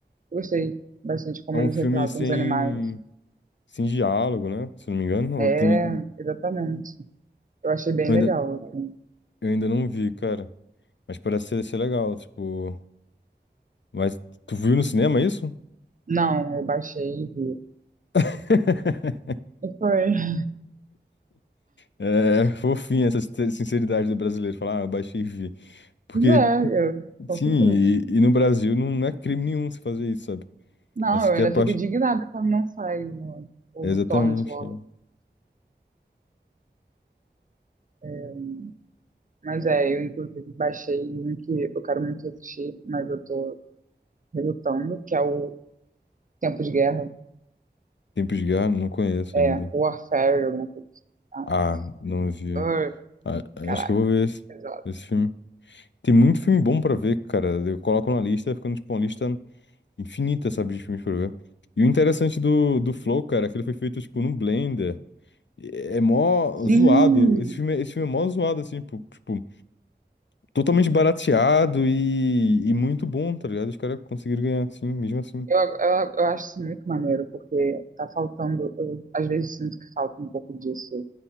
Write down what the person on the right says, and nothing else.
gostei bastante como
eles
retratam
os animais.
É,
exatamente. Eu achei bem
legal,
assim.
Não, eu baixei e vi.
E foi. <laughs>
Mas É, eu, com
certeza.
Não,
eu
ainda
fico indignada quando não sai o, o
torrent logo.
É, mas é, eu inclusive baixei um que eu quero muito assistir, mas eu tô relutando, que é o Tempo de Guerra.
É,
Warfare, alguma coisa assim. Ah,
ai,
caraca,
pesado.
Sim!
Eu, eu, eu acho isso muito maneiro, porque tá faltando, eu às vezes sinto que falta um pouco disso,